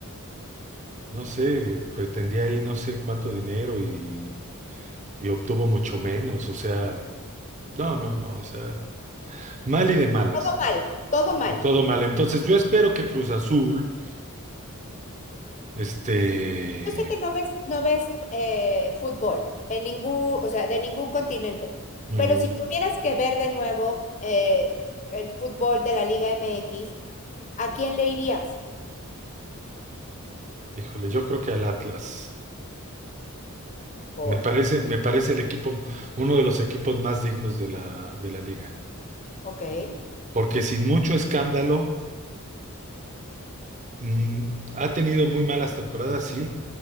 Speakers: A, on the right (about 35°); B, on the left (about 35°).
A: no sé, pretendía ahí no sé cuánto dinero y, y obtuvo mucho menos. O sea, no, no, no, o sea, mal y de malas.
B: Todo mal, todo mal.
A: y todo mal. Entonces yo espero que Cruz Azul, este,
B: Yo sé que no ves, no ves eh, fútbol en ningún, o sea, de ningún continente,
A: ujú,
B: pero si tuvieras que ver de nuevo eh, el fútbol de la Liga MX, ¿a quién le irías?
A: híjole, yo creo que al Atlas.
B: Por,
A: Me parece, me parece el equipo, uno de los equipos más dignos de la, de la liga.
B: ok,
A: Porque sin mucho escándalo. Mm, ha tenido muy malas temporadas, sí,